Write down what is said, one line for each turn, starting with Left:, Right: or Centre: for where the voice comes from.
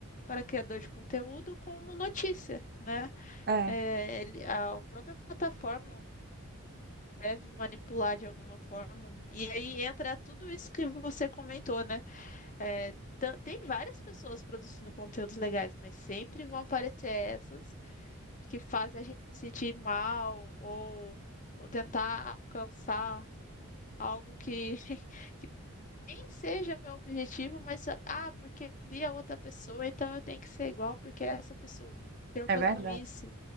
Left: para criador de conteúdo como notícia, né?
Right: É,
Left: É, ele- a própria plataforma deve manipular de alguma forma. E aí entra tudo isso que você comentou, né? É, tã- tem várias pessoas produzindo conteúdos legais, mas sempre vão aparecer essas que fazem a gente se sentir mal ou, ou tentar alcançar algo que, <laughs> que nem seja meu objetivo, mas ah, porque eu vi a outra pessoa, então eu tenho que ser igual porque é essa pessoa eu fazendo
Right: É verdade.
Left: isso.